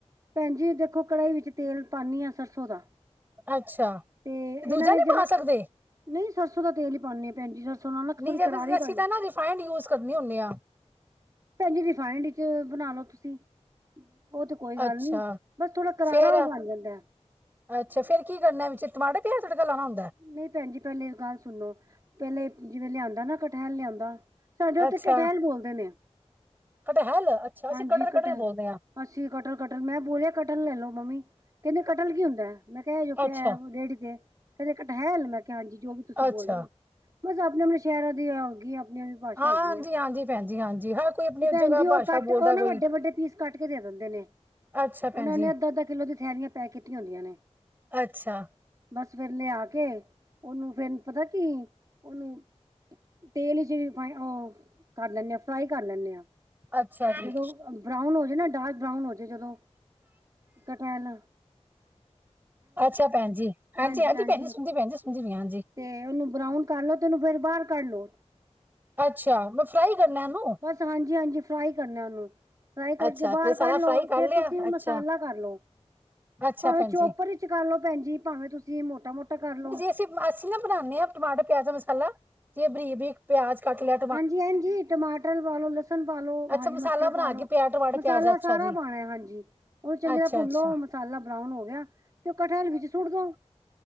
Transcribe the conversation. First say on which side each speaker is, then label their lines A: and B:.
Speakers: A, on the right (about 30°); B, on the right (about 15°).
A: ਭੈਣ ਜੀ ਦੇਖੋ ਕੜਾਈ ਵਿੱਚ ਤੇਲ ਪਾਨੀ ਆਂ ਸਰਸੋਂ ਦਾ।
B: ਅੱਛਾ
A: ਤੇ
B: ਦੂਜਾ
A: ਏਨਾਂ ਨੇ
B: ਨਹੀਂ
A: ਜੇੜੇ
B: ਪਾ ਸਕਦੇ
A: ਨਈ ਸਰਸੋਂ ਦਾ ਤੇਲ ਈ ਪਾਨੇ ਆਂ ਭੈਨ ਜੀ ਸਰਸੋਂ ਨਾਲ ਨਾ
B: ਨਹੀਂ
A: ਥੋੜੀ
B: ਜੇ
A: ਕਰਾਰੀ
B: ਅਸੀਂ ਅਸੀਂ
A: ਬਨ
B: ਤਾਂ
A: ਜਾਂ
B: ਨਾ ਰਿਫਾਈਨਡ ਯੂਜ਼ ਕਰਨੀ ਹੁੰਦੇ ਆ
A: ਭੈਣਜੀ ਰਿਫਾਇੰਡ ਇਚ ਬਨਾ ਲੋ ਤੁਸੀ। ਓ ਤੇ ਕੋਈ ਗੱਲ
B: ਅੱਛਾ
A: ਨੀ ਬਸ ਥੋੜਾ ਕਰਾਰਾ
B: ਫੇਰ
A: ਬਣ ਜਾਂਦੈ।
B: ਅੱਛਾ ਫੇਰ ਕੀ ਕਰਨਾ ਵਿੱਚ ਟਮਾਟਰ ਪਿਆਜ ਤੜਕਾ ਲਾਣਾ ਹੁੰਦੈ?
A: ਨਈ ਭੈਨਜੀ ਪੈਲੇ ਗੱਲ ਸੁਣ ਲੋ ਪੈਲੇ ਜਿਵੇਂ ਲਿਆਂਦਾ ਨਾ ਕਠਹਿਲ ਲਿਆਂਦਾ ਸਾਡੇ ਓਥੇ
B: ਅੱਛਾ
A: ਕਟੈਲ ਬੋਲਦੇ ਨੇ
B: ਕਟਹਲ ਅੱਛਾ ਅਸੀਂ
A: ਹਾਂਜੀ
B: ਕਟਹਲ ਕਟਹਲ
A: ਕਟੈਲ
B: ਬੋਲਦੇ ਹਾਂ
A: ਅੱਸੀਂ ਕਟਲ ਕਟਲ ਮੈਂ ਬੋਲਿਆ ਕਟਲ ਲੈ ਲੋ ਮੰਮੀ ਕੈਂਦੇ ਕਟਲ ਕੀ ਹੁੰਦਾ ਮੈਂ ਕੇਆ ਐ ਜੋ ਪਿਐ।
B: ਅੱਛਾ
A: ਰੇੜੀ ਤੇ ਕੈਂਦੇ ਕਠਹੈਲ ਮੈਂ ਕਿਆ ਹਾਂਜੀ ਜੋ ਵੀ ਤੁਸੀ
B: ਅੱਛਾ
A: ਬੋਲਦੇ ਓ। ਬਸ ਆਪਨੇ ਆਪਨੇ ਸ਼ੈਰਾਂ ਦੀ ਐ ਹੋਗੀ ਆਪਨੇ ਭਾਸ਼ਾ
B: ਹਾਂਜੀ
A: ਹੈਗੀ ਏ
B: ਹਾਂਜੀ ਭੈਣ ਜੀ ਹਾਂਜੀ ਹਰ ਕੋਈ ਆਪਣੀ
A: ਤੇ ਭੈਨ
B: ਜਗ੍ਹਾ
A: ਜੀ
B: ਭਾਸ਼ਾ
A: ਓ ਕੱਟ
B: ਬੋਲਦਾ
A: ਓ ਨਾ
B: ਕੋਈ
A: ਵੱਡੇ ਵੱਡੇ ਪੀਸ ਕੱਟ ਕੇ ਦੇ ਦੇਂਦੇ ਨੇ।
B: ਅੱਛਾ ਭੈਣ
A: ਓਨਾਂ
B: ਜੀ
A: ਨੇ ਅੱਦਾ ਅੱਦਾ ਕਿੱਲੋ ਦੀਆਂ ਥੈਲੀਆਂ ਪੈਕ ਕੀਤੀਆਂ ਹੁੰਦੀਆਂ ਨੇ।
B: ਅੱਛਾ
A: ਬਸ ਫੇਰ ਲਿਆ ਕੇ ਉਨੂੰ ਫੇਰ ਪਤਾ ਕੀ ਉਨੂੰ ਤੇਲ ਈਚ ਵੀ ਫਾਈ ਓ ਕਰ ਲੈਨੇ ਆ ਫਰਾਈ ਕਰ ਲੈਨੇ ਆਂ।
B: ਅੱਛਾ ਜੀ
A: ਜਦੋ ਬਰਾਊਨ ਹੋ ਜੇ ਨਾ ਡਾਰਕ ਬਰਾਊਨ ਹੋ ਜੇ ਤੇ ਜਦੋਂ ਕਟੈਲ
B: ਅੱਛਾ ਭੈਨਜੀ ਹਾਂਜੀ,
A: ਹਾਂਜੀ-ਹਾਂਜੀ
B: ਹਾਂਜੀ ਭੈਨਜੀ ਸੁਣਦੀ ਪੀ ਆਂ, ਸੁਣਦੀ ਪੀ ਆਂ ਹਾਂਜੀ।
A: ਤੇ ਉਨੂੰ ਬਰਾਊਨ ਕਰ ਲੋ ਤੇ ਉਨੂੰ ਫੇਰ ਬਾਰ ਕੱਢ ਲੋ।
B: ਅੱਛਾ ਮੈ ਫਰਾਈ ਕਰਨਾ ਏ ਏਨੂੰ।
A: ਹਾਂਜੀ, ਹਾਂਜੀ ਫਰਾਈ ਕਰਨੈ ਉਨੂੰ। ਫਰਾਈ ਕਡ
B: ਅੱਛਾ
A: ਕੇ ਬਾਰ
B: ਫਿਰ ਸਾਰਾ
A: ਕੱਢ
B: ਫਰਾਈ
A: ਲੋ
B: ਕਰ
A: ਫੇਰ
B: ਲਿਆ
A: ਤੁਸੀ ਓ
B: ਅੱਛਾ
A: ਮਸਾਲਾ ਕਰ ਲੋ।
B: ਅੱਛਾ
A: ਭਾਵੇਂ
B: ਭੈਣ
A: ਚੋਪਰ
B: ਜੀ
A: ਇਚ ਕਰਲੋ ਭੈਨਜੀ ਭਾਵੇਂ ਤੁਸੀ ਏ ਮੋਟਾ, ਮੋਟਾ ਕਰਲੋ।
B: ਅਸੀ ਅਸੀ ਨਾ ਬਣਾਨੇ ਆਂ ਟਮਾਟਰ ਪਿਆਜ ਦਾ ਮਸਾਲਾ ਜਿਵੇਂ ਬਰੀ ਬਰੀਕ ਪਿਆਜ ਕੱਟ ਲੈ
A: ਹਾਂਜੀ, ਹਾਂਜੀ ਟਮਾਟਰ ਪਾਲੋ, ਲਸਣ ਪਾਲੋ,
B: ਅੱਛਾ
A: ਹਰੀ
B: ਮਸਾਲਾ
A: ਮਰਚਾਂ
B: ਬਣਾ
A: ਪਾਲੋ।
B: ਕੇ ਪਿਆ ਟਮਾਟਰ
A: ਮਸਾਲਾ
B: ਪਿਆਜ਼ ਅੱਛਾ
A: ਸਾਰਾ
B: ਜੀ
A: ਪਾਣਾ ਏ ਹਾਂਜੀ ਓਨ ਚੰਗੀ
B: ਅੱਛਾ
A: ਤਰਾ ਭੁੱਨ
B: ਅੱਛਾ
A: ਲੋ ਮਸਾਲਾ ਬਰਾਉਨ ਹੋ ਗਿਆ ਤੇ ਕਠੇਲ ਵਿੱਚ ਸੁੱਟ ਦੋ।